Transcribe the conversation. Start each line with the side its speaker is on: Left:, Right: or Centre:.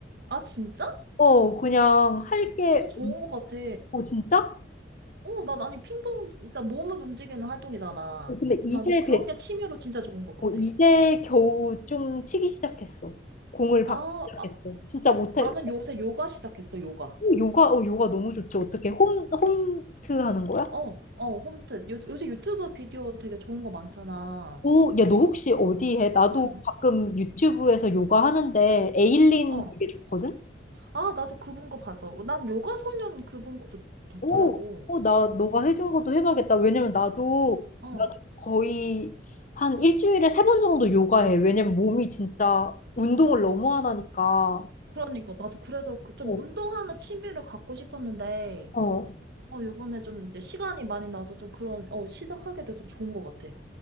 Right: 아, 진짜?
Left: <laughs> 어, 그냥 할 게,
Right: 어, 좋은 것 같아.
Left: 오, 진짜?
Right: 어, 나, 아니, 핑퐁, 진짜 몸을 움직이는 활동이잖아.
Left: 어, 근데 이제
Right: 난 그런
Left: 배,
Right: 게 취미로 진짜 좋은 것 같아.
Left: 어, 이제 겨우 좀 치기 시작했어. 공을 받기
Right: 아,
Left: 시작했어.
Right: 아,
Left: 진짜 못해.
Right: 나는 요새 요가 시작했어, 요가.
Left: 오, 요가, 어, 요가 너무 좋지. 어떻게 홈, 홈트 하는 거야?
Right: 어, 어, 홈트. 요, 요새 유튜브 비디오 되게 좋은 거 많잖아.
Left: 오, 야, 너 혹시 어디 해? 나도
Right: 음.
Left: 가끔 유튜브에서 요가 하는데 에일린
Right: 어.
Left: 되게 좋거든?
Right: 아, 나도 그분 거 봤어. 난 요가 소년 그분 것도 좋더라고.
Left: 오, 오, 나 너가 해준 것도 해봐야겠다. 왜냐면 나도,
Right: 어.
Left: 나도 거의 한 일주일에 세 번 정도 요가해. 왜냐면 몸이 진짜 운동을 너무 안 하니까.
Right: 그러니까 나도 그래서 그 좀
Left: 오,
Right: 운동하는 취미를 갖고 싶었는데
Left: 어,
Right: 어 요번에 좀 이제 시간이 많이 나서 좀 그런 어 시작하게 돼서 좋은 것 같아.